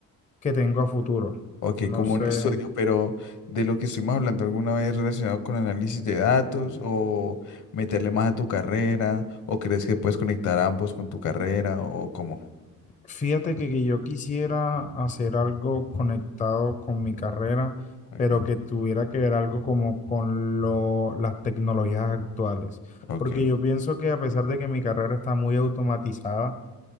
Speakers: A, on the left (about 20°); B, on the left (about 55°).
A: que tengo a futuro.
B: ok,
A: No
B: como
A: sé.
B: un estudio, pero de lo que estuvimos hablando alguna vez relacionado con análisis de datos o meterle más a tu carrera, o crees que puedes conectar ambos con tu carrera o cómo.
A: Fíjate que, que yo quisiera hacer algo conectado con mi carrera,
B: Ok,
A: pero que tuviera que ver algo como con lo, las tecnologías actuales.
B: ok.
A: Porque yo pienso que a pesar de que mi carrera está muy automatizada,